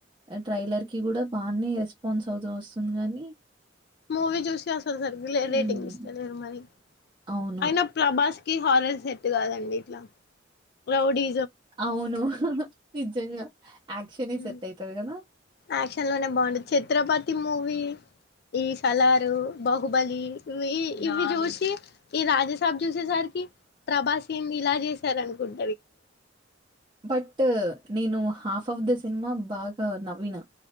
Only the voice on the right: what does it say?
ట్రైలర్ కి కూడ బానే రెస్పాన్స్ అవుతా వస్తుంది గాని,
హ్మ్.
అవును.
అవును నిజంగా. యాక్షనే
సెట్ అయితది గదా!
బట్ నేను హాఫ్ ఆఫ్ ద సినిమా బాగ నవ్వినా.